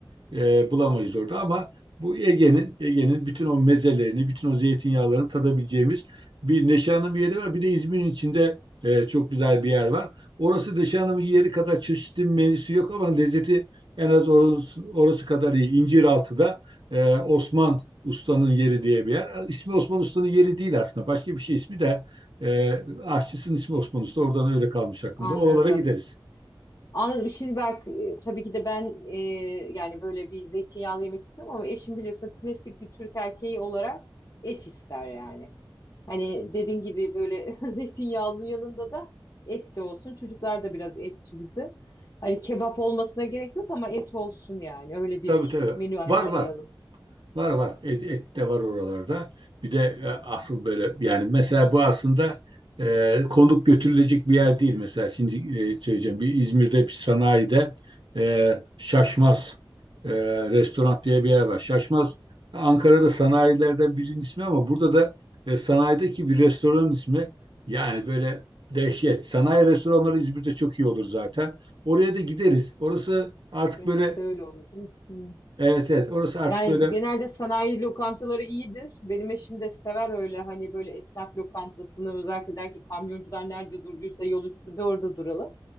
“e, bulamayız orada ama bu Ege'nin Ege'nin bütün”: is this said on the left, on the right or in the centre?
Right